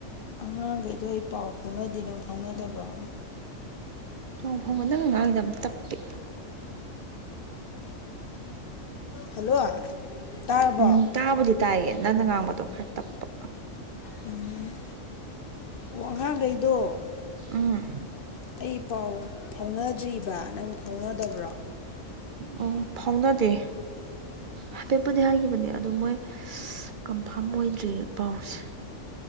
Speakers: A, on the left; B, on the right.
A: ꯑꯉꯥꯡꯒꯩꯗꯣ ꯑꯩ ꯄꯥꯎ ꯐꯥꯎꯅꯗꯦ ꯅꯪ ꯐꯥꯎꯅꯗꯕ꯭ꯔꯣ
B: ꯄꯥꯎ ꯐꯥꯎꯕ ꯅꯪꯑ ꯉꯥꯡꯉꯤꯗꯦ ꯌꯥꯝꯅ ꯇꯞꯄꯦ
A: ꯍꯜꯂꯣ ꯇꯥꯔꯕꯣ
B: ꯎꯝ
A: ꯑꯣ
B: ꯇꯥꯕꯨꯗꯤ ꯇꯥꯏꯌꯦꯦ ꯅꯪꯅ ꯉꯥꯡꯕꯗꯣ ꯈꯔ ꯇꯞꯄ
A: ꯎꯝ ꯑꯣ ꯑꯉꯥꯡꯒꯩꯗꯣ
B: ꯎꯝ
A: ꯑꯩ ꯄꯥꯎ ꯐꯥꯎꯅꯗ꯭ꯔꯤꯕ ꯅꯪ ꯐꯥꯎꯅꯗꯕ꯭ꯔꯣ
B: ꯑꯣ ꯐꯥꯎꯅꯗꯦ ꯍꯥꯏꯐꯦꯠꯄꯨꯗꯤ ꯍꯥꯏꯒꯤꯈꯤꯕꯅꯦ ꯑꯗꯨꯗꯣ ꯃꯣꯏ ꯀꯟꯐꯥꯝ ꯑꯣꯏꯗ꯭ꯔꯤꯌꯦ ꯄꯥꯎꯁꯦ